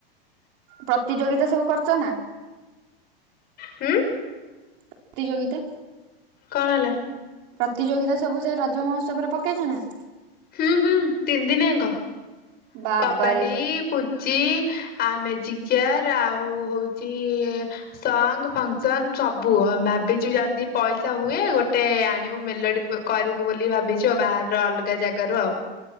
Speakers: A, on the right (about 50°); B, on the left (about 30°).
A: ପ୍ରତିଯୋଗିତା ସବୁ କରୁଛ ନା?
B: ହୁଁ।
A: ପ୍ରତିଯୋଗିତା।
B: କଣ ହେଲା?
A: ପ୍ରତିଯୋଗିତା ସବୁ ସେଇ ରଜ ମହୋତ୍ସବରେ ପକେଇଛ ନା?
B: ହୁଁ ହୁଁ ତିନି ଦିନି ଆଙ୍କ।
A: ବାବାରେ
B: କବାଡି, ପୁଚି ଆଉ ମେଜିକ୍ ଚେୟାର ଆଉ ହଉଛି ସଙ୍ଗ୍ ଫଙ୍ଗସନ ସବୁ ଭାବିଛୁ ଯଦି ପଇସା ହୁଏ ଗୋଟେ ଆଣିବୁ ମେଲୋଡି ପୋ କରିବୁ ବୋଲି ଭାବିଛୁ ବାହାରର ଅଲଗା ଜାଗାରୁ ଆଉ।